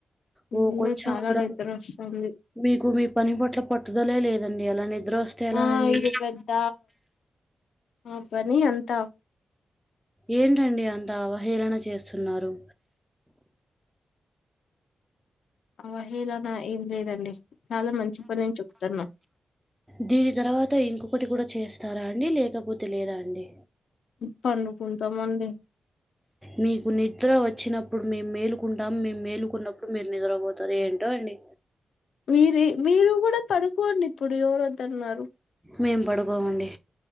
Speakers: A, in the centre; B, on the left.
A: ఓ
B: ఈ <unintelligible>
A: కొంచెం
B: చాల
A: కూడా
B: నిద్దుర వస్తుంది
A: మీకు మీ పని పట్ల పట్టుదలే లేదండి అలా నిద్ర వస్తే ఎలా
B: ఆ
A: అండి
B: ఇది పెద్ద ఆ పని అంత
A: ఏంటండి అంత అవహేళన చేస్తున్నారు
B: అవహేలాన ఏం లేదండి చాల మంచి పనే చెప్తున
A: దీని తర్వాత ఇంకొకటి కూడ చేస్తారా అండి లేకపోతే లేదా అండి
B: పండుకుంటాం అండి
A: మీకు నిద్ర వచ్చినప్పుడు మేము మేలుకుంటాం మేము మేలుకున్నప్పుడు మీరు నిద్ర పోతారు ఏంటో అండి
B: మీరు మీరు కూడ పడుకోండి ఇప్పుడు ఎవరు వద్దన్నారు
A: మేము పడుకోం అండి